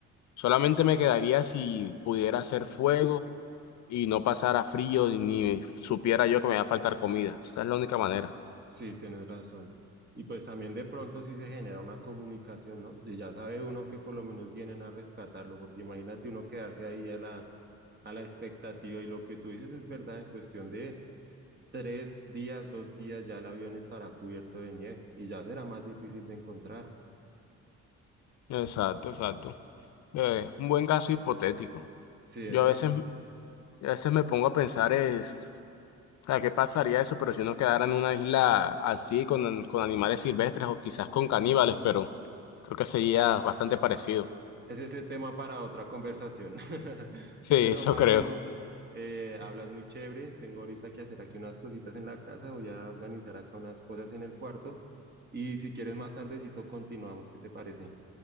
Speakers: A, on the left; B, on the right.
A: solamente me quedaría si pudiera hacer fuego y no pasara frío ni supiera yo que me va a faltar comida. Esa es la única manera.
B: Sí, tienes razón. Y pues también de pronto sí se genera una comunicación, ¿no? Si ya sabe uno que por lo menos vienen a rescatarlo, porque imagínate uno quedarse ahí a la, a la expectativa y lo que tú dices es verdad, en cuestión de tres días, dos días ya el avión estará cubierto de nieve y ya será más difícil de encontrar.
A: Exacto, exacto. Eh, un buen caso hipotético.
B: Sí,
A: Yo
B: ese,
A: a veces, a veces me pongo a pensar es, o sea, ¿qué pasaría eso? Pero si uno quedara en una isla así con, con animales silvestres o quizás con caníbales, pero creo que sería bastante parecido.
B: Es ese tema para otra conversación. <laughs>
A: Sí,
B: Bueno,
A: eso
B: Máximo,
A: creo.
B: eh, hablas muy chévere. Tengo ahorita que hacer aquí unas cositas en la casa. Voy a organizar acá unas cosas en el cuarto. Y si quieres más tardecito continuamos. ¿Qué te parece?